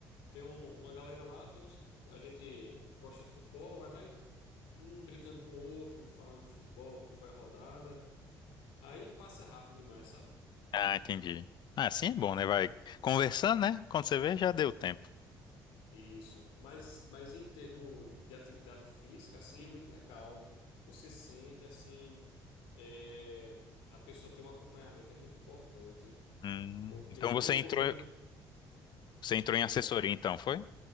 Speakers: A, on the left; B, on the left.
A: Tem um- uma galera lá, tem uns, a gente gosta de futebol, aí vai um brincando com o outro, falando do futebol, como foi a rodada. Aí passa rápido demais, sabe?
B: Ah, entendi. Ah, assim é bom, né? Vai conversando, né? Quando você vê, já deu tempo.
A: Isso. Mas, mas em termos de atividade física, assim, é muito legal. Você sente, assim, é, a pessoa tem um acompanhamento, é muito importante.
B: Hum,
A: Porque
B: então
A: quando
B: você
A: eu
B: entrou,
A: corria.
B: você entrou
A: Como
B: em assessoria,
A: é?
B: então, foi?